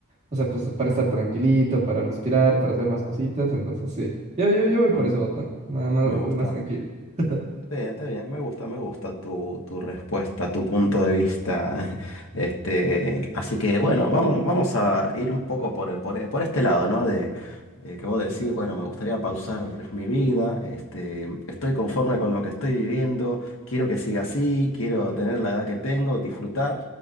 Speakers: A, on the right; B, on the left.
A: O sea, pues para estar tranquilito, para respirar, para hacer más cositas. Entonces, sí. Yo, yo, yo voy por
B: Mm,
A: ese botón. Nada más,
B: me
A: algo
B: gusta.
A: más tranquilo. <laughs>
B: Está bien, está bien, me gusta, me gusta tu, tu respuesta, tu punto de vista. <laughs> Este, así que bueno, vamos, vamos a ir un poco por, el- por, el- por este lado, ¿no? De, de que vos decís, bueno, me gustaría pausar mi vida, este, estoy conforme con lo que estoy viviendo, quiero que siga así, quiero tener la edad que tengo, disfrutar.